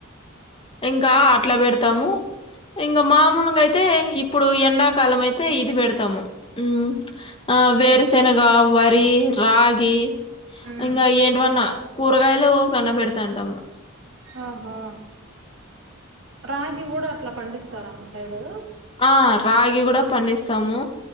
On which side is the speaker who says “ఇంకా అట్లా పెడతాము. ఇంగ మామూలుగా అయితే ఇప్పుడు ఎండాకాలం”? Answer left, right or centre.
Left